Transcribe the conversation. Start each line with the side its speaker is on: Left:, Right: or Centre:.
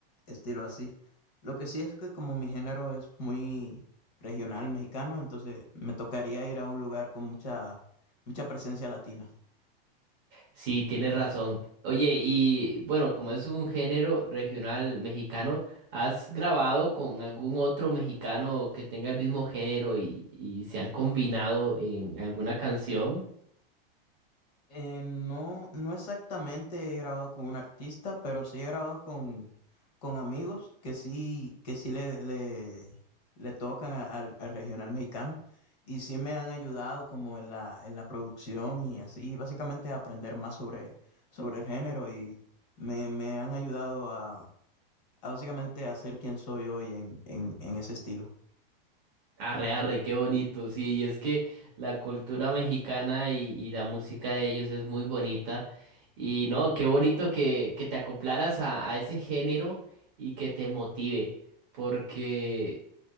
Left: estilo así. Lo que sí es que como mi género es muy regional mexicano, entonces me tocaría ir a un lugar con mucha, mucha presencia latina.
Right: Sí, tienes razón. Oye, y bueno, como es un género regional mexicano, ¿has grabado con algún otro mexicano que tenga el mismo género y, y se han combinado en alguna canción?
Left: Eh, no, no exactamente he grabado con un artista, pero sí he grabado con, con amigos que sí, que sí le, le, le tocan a- al, al regional mexicano y sí me han ayudado como en la, en la producción y así, básicamente a aprender más sobre, sobre el género y me, me han ayudado a, a básicamente a ser quien soy hoy en, en, en ese estilo.
Right: Arre, arre, qué bonito, sí, y es que la cultura mexicana y, y la música de ellos es muy bonita, y no, qué bonito que, que te acoplaras a, a ese género y que te motive, porque